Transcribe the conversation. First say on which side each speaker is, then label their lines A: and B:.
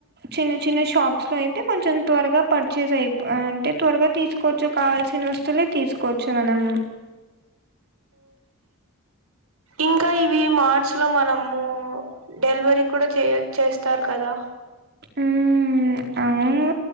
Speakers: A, on the right; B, on the right.
A: చిన్న చిన్న షాప్స్ లో అయితే కొంచెం త్వరగా పడు చేసేయి ఇప్పు అంటే త్వరగా తీసుకోవచ్చు కావల్సిన వస్తువులే తీసుకోవచ్చు మనం
B: ఇంకా ఇవి మార్చి లో మనము డెలివరీ కూడా చేయ చేస్తారు కదా
A: హ్మ్. అవును.